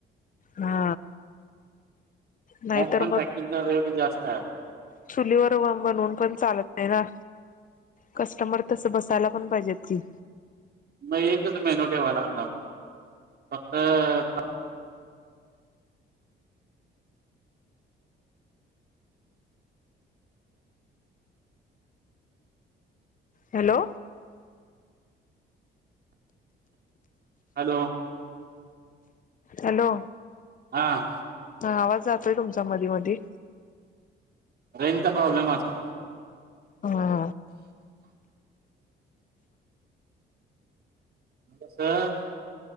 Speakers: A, on the left; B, on the right.
A: हा नाहीतर
B: त्यात पण
A: मग
B: टाकीचा रेट जास्त आहे आता
A: चुलीवर बनवून पण चालत नाही ना कस्टमर तसं बसायला पण पाहिजेत की
B: मग एकच मेनू ठेवाया लागणार फक्त
A: हॅलो
B: हॅलो
A: हॅलो
B: हा
A: हा आवाज जातोय तुमचा मधी मधी
B: रेजचा प्रॉब्लेम असेल.
A: हा
B: कसं